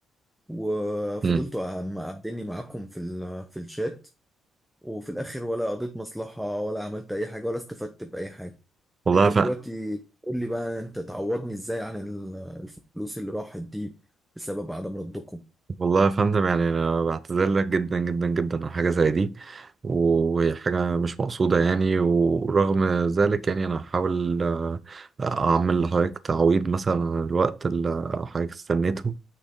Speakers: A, in the centre; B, on the right.
A: وفضلتوا
B: مم.
A: عم- قاعديني معاكم في ال- في الشات وفي الآخر ولا قضيت مصلحة ولا عملت أي حاجة ولا استفدت بأي حاجة
B: والله
A: أنت
B: يا
A: دلوقتي
B: فندم
A: قول لي بقى أنت تعوضني إزاي عن ال- الفلوس اللي راحت دي بسبب عدم ردكم
B: والله يا فندم يعني انا بعتذر لك جدا جدا جدا على حاجه زي دي وهي حاجه مش مقصوده يعني ورغم ذلك يعني انا هحاول آه، اعمل لحضرتك تعويض مثلا عن الوقت اللي حضرتك استنيته